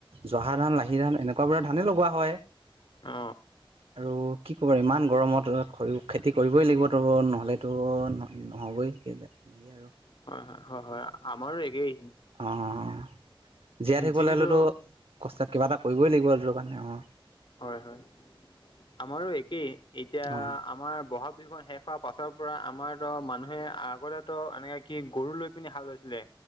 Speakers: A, on the right; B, on the left.
A: জহা ধান, লাহি ধান এনেকুৱা বোৰ ধানে লগোৱা হয়।
B: অ
A: আৰু কি ক'ব আৰু ইমান গৰমত খ খেতি কৰিবই লাগিবতো নহ'লেতো নহবই এইকেইদিন এনে আৰু
B: হয় হয় হয় হয় আমাৰো একেই
A: অঁ'জীয়াই থাকিবলৈ
B: যিহেতু
A: হ'লেতো কষ্ট কিবা এটা কৰিবই লাগিব সেইটো কাৰণে অঁ।
B: হয় হয় আমাৰো একেই, এতিয়া
A: অ'
B: আমাৰ ব'হাগ বিহু শেষ হোৱা পাছৰ পৰা আমাৰ তো মানুহে আগতেতো এনেকে কি গৰু লৈ পিনি হাল লৈছিলে